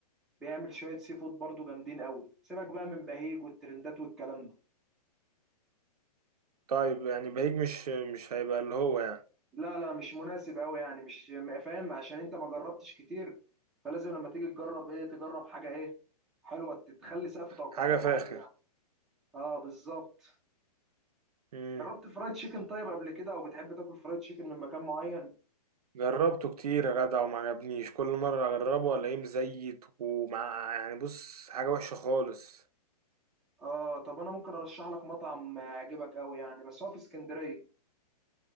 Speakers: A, in the centre; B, on the right.
A: بيعمل شويه سي فود برضه جامدين قوي سيبك بقى من بهيج والترندات والكلام ده
B: طيب يعني بهيج مش مش هيبقى اللي هو يعني
A: لا لا مش مناسب قوي يعني مش فاهم عشان انت ما جربتش كتير فلازم لما تيجي تجرب ايه تجرب حاجه ايه حلوه تخلي سقف توقعاتك
B: حاجة فاخر
A: عالي يعني اه بالظبط
B: مم.
A: جربت فرايد تشيكن طيب قبل كده او بتحب تاكل فرايد تشيكن من مكان معين
B: جربته كتير يا جدع وما عجبنيش كل مرة اجربه الاقيه مزيت ومع يعني بص حاجة وحشة خالص
A: اه طب انا ممكن ارشح لك مطعم يعجبك قوي يعني بس هو في اسكندريه